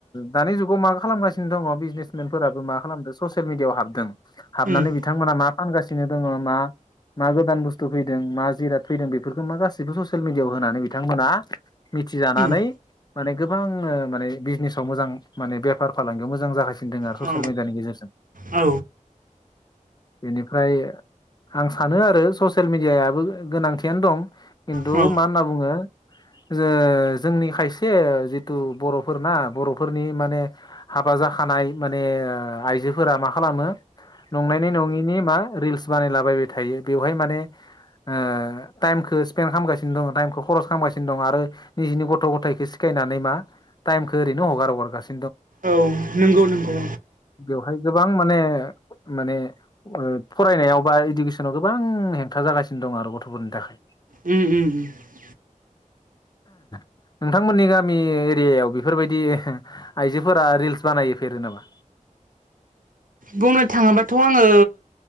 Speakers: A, on the left (about 30°); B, on the right (about 80°).
A: दानि जुगाव मा खालामगा दं बिजनेसमेनफोराबो मा खालामदों ससियेल मिडियाआव हाबदों
B: उम
A: हाबनानै
B: उम
A: बिथांमोना मा फानगासिनो दंङ मा मा गोदान बुस्थु फैदों मा जिराद फैदों बेफोरखौ मा गासिबो ससियेल मिडियाआव होननानै बिथांमोना मिथिजानानै
B: उम
A: माने गोबां माने बिजनेसाव मोजां माने बेफार फालांगियाव मोजां जागा सिनोदों आरो
B: औ
A: ससियेल मिडियानि गेजेरजों
B: औ
A: बेनिफ्राय आं सानो आरो ससियेल मिडियाबो गोनांथियानो दं खिन्थु
B: औ
A: मा होनना बुंङो ओ जोंनि खायसे जिथु बर'फोरना बर'फोरनि माने हाबा जा खानाय माने आइजोफोरा मा खालामो नंनायनि नङिनि मा रिल्स बानायलाबायबाय थायो बेवहाय माने ओ टाइमखौ स्पेन्ड खामगासिनो दं टाइमखौ खरस खालामगासिनो दं आरो निजिनि गथ' गथायखो सिखायनानै मा टाइमखो ओरैनो हगार हगारगासि
B: औ नंगौ नंगौ
A: बेवहाय गोबां माने माने फरायनायाव बा इडुकेसनाव गोबां हेंथा जागासि दं आरो गथ'फोरनि थाखाय
B: अम अम अम
A: नोंथांमोननि गामि एरियायाव बेफोरबायदि आइजोफोरा रिल्स बानायोफेरो नामा।
B: बुंनो थाङोबाथ' आंङो